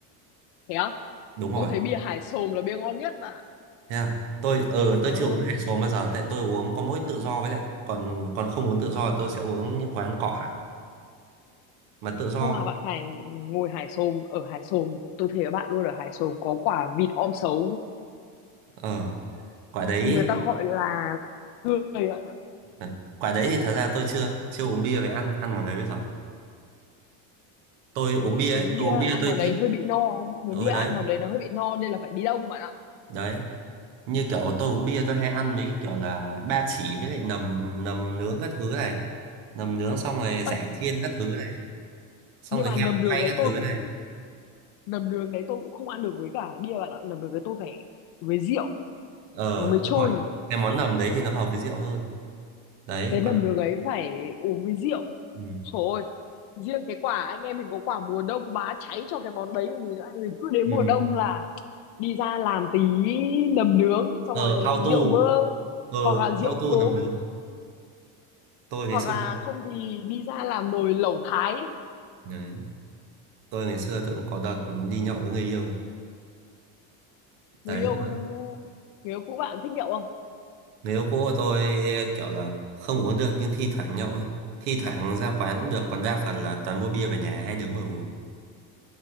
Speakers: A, on the left; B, on the right.
A: Thế không?
B: Đúng rồi.
A: Tôi thấy bia Hải Xồm là bia ngon nhất bạn ạ.
B: Thế à? Tôi ờ tôi
A: Ờ,
B: chưa uống hải số bao giờ tại tôi uống có mỗi tự do với lại còn còn không uống tự do tôi sẽ uống những quán cọ hẳn mà tự do
A: hôm nào bạn phải ngồi Hải Xồm ở Hải Xồm, tôi thấy bạn luôn ở Hải Xồm có quả vịt om sấu,
B: ờ quả đấy
A: người ta gọi là người bạn ạ.
B: À, quả đấy thì thật ra tôi chưa chưa uống bia về ăn ăn món đấy bây giờ tôi uống bia
A: Uống
B: ấy, tôi
A: bia
B: uống bia
A: ăn
B: tôi
A: món đấy
B: thích
A: hơi bị no, muốn
B: ừ
A: bia ăn
B: đấy
A: món đấy nó hơi bị no nên là phải đi đông bạn ạ.
B: đấy như kiểu tôi uống bia tôi hay ăn mấy cái kiểu là ba chỉ với lại nầm nầm nướng các thứ này nầm nướng xong rồi giải
A: Ê,
B: chiên các thứ này xong
A: nhưng
B: rồi
A: mà
B: heo
A: nầm đường
B: quay
A: đấy
B: các
A: tôi
B: thứ
A: cũng
B: này
A: nầm đường đấy tôi cũng không ăn được với cả bia bạn ạ, nầm đường đấy tôi phải với rượu
B: ờ
A: nó mới trôi
B: đúng rồi cái món nầm đấy thì nó hợp với rượu hơn đấy
A: cái
B: còn
A: nấm nước ấy phải uống với rượu
B: ừ.
A: trời ơi riêng cái quả anh em mình có quả mùa đông bá cháy cho cái món đấy còn gì nữa anh mình cứ đến
B: Ừ.
A: mùa đông là đi ra làm tí nấm nướng xong
B: ờ
A: rồi
B: ao tu
A: rượu bơ
B: ờ
A: hoặc là rượu
B: ao tu
A: cốm
B: nầm nướng tôi
A: hoặc
B: ngày xưa
A: là không thì đi ra làm nồi lẩu thái
B: đấy tôi ngày xưa tôi cũng có đợt đi nhậu với người yêu
A: người
B: đấy
A: yêu người yêu cũ bạn thích nhậu không
B: người yêu cũ của tôi kiểu là không uống được nhưng thi thoảng nhậu ấy thi thoảng ra quán cũng được còn đa phần là toàn mua bia về nhà hai đứa ngồi uống